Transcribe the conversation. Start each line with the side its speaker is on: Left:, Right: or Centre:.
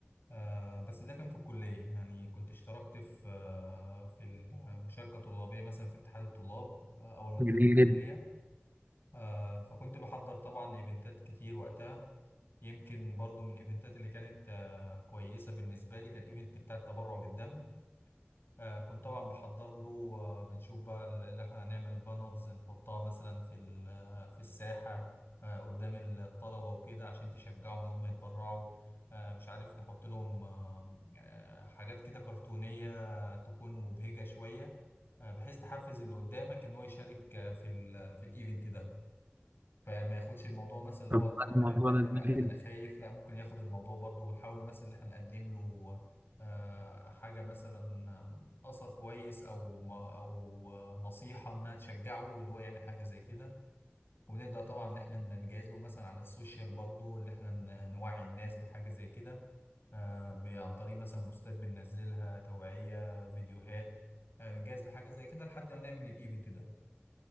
Left: آه بس ده كان في الكلية يعني كنت اشتركت في آه في المشاركة طلابية مثلا في اتحاد الطلاب آه اول ما
Right: جميل
Left: دخلت الكلية
Right: جدا
Left: آه فكنت بحضر طبعا لايفنتات كتير وقتها يمكن برضو من الايفنتات اللي كانت آه كويسة بالنسبة لي كان ايفنت بتاع التبرع بالدم آه، كنت طبعا بحضر له آه، بنشوف بقى ال- اللي احنا هنعمل بانرز نحطها مثلا في ال- آه، في الساحة آه، قدام الطلبة وكده عشان تشجعهم ان هم يتبرعوا آه، مش عارف نحط لهم آه، آه، حاجات كده كرتونية تكون مبهجة شوية آه، بحيث تحفز اللي قدامك ان هو يشارك آه، في ال- في الايفنت ده فما ياخدش الموضوع مثلا اللي
Right: طب
Left: هو اتبرع
Right: الموضوع
Left: بالدم
Right: ده
Left: لا
Right: جميل
Left: ده
Right: جدا
Left: انا خايف لا ممكن ياخد الموضوع برضو ونحاول مثلا ان احنا نقدم له آه، حاجة مثلا آم، أثر كويس أو ما- أو آه، نصيحة إنها تشجعه اللي هو يعمل حاجة زي كده وبنبدأ طبعا اللي إحنا نجهز له مثلا على السوشيال برضو اللي إحنا ن- نوعي الناس بحاجة زي كده آه، ب- عن طريق مثلا بوستات بننزلها توعية فيديوهات آه، بنجهز لحاجة زي كده لحد ما نعمل الإيفنت ده.